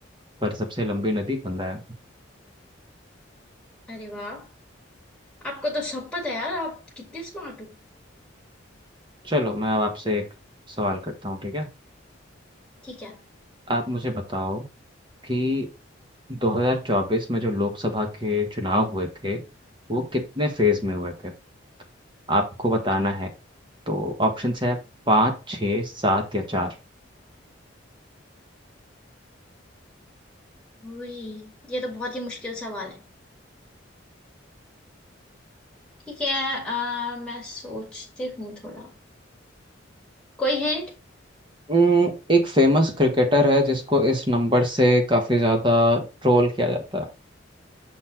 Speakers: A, on the right (about 25°); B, in the centre.
A: पर सबसे लंबी नदी गंगा है
B: अरे वाह आपको तो सब पता है यार आप कितने स्मार्ट हो
A: चलो मैं अब आपसे एक सवाल करता हूँ ठीक है
B: ठीक है
A: आप मुझे बताओ कि 2024 में जो लोकसभा के चुनाव हुए थे वो कितने फेज में हुए थे आपको बताना है तो ऑप्शंस है पाँच छः सात या चार
B: वही ये तो बहुत ही मुश्किल सवाल है ठीक है अ, मैं सोचती हूँ थोड़ा कोई हिंट
A: उम, एक फेमस क्रिकेटर है जिसको इस नंबर से काफी ज्यादा ट्रोल किया जाता है